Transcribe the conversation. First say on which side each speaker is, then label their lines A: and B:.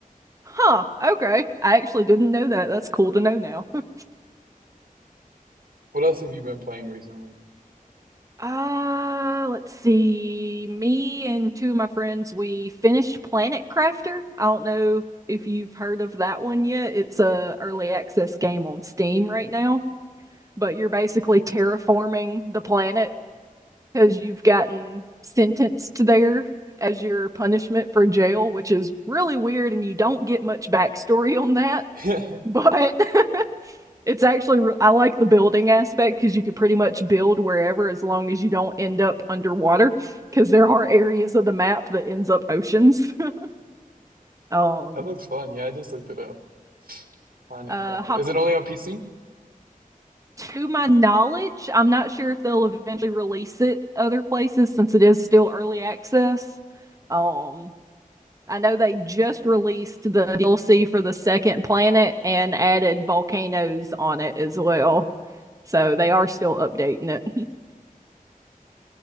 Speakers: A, on the right; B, on the right.
A: huh. Okay. I actually didn't know that. That's cool to know now. <laughs>
B: What else have you been playing recently?
A: Uh, let's see. Me and two of my friends, we finished Planet Crafter. I don't know if you've heard of that one yet. It's a early access game on Steam right now, but you're basically terraforming the planet because you've gotten sentenced there as your punishment for jail, which is really weird, and you don't get much backstory on that.
B: <laughs> That
A: But <laughs> it's actually, I like the building aspect because you could pretty much build wherever as long as you don't end up underwater, because there are areas of the map that ends up oceans. <laughs> um,
B: looks fun. Yeah, I just looked it up. Planet
A: uh,
B: Crafter.
A: ha-
B: Is it only on PC?
A: to my knowledge, I'm not sure if they'll eventually release it other places since it is still early access. Um, I know they just released the DLC for the second planet and added volcanoes on it as well. So they are still updating it. <laughs>